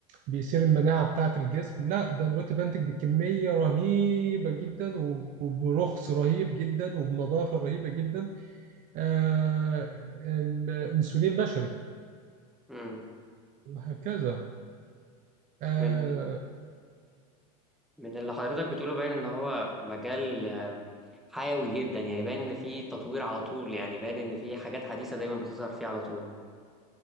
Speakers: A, on the right (about 40°); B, in the centre.
A: بيصير المناعة بتاعة الجسم لا ده دلوقتي بنتج بكمية رهيبة جدا وب- وبرخص رهيب جدا وبنظافة رهيبة جدا آه، الأنسولين بشري
B: امم
A: وهكذا آه،
B: من من اللي حضرتك بتقوله باين ان هو مجال آم، حيوي جدا يعني باين ان فيه تطوير على طول يعني باين ان فيه حاجات حديثة دايما بتظهر فيه على طول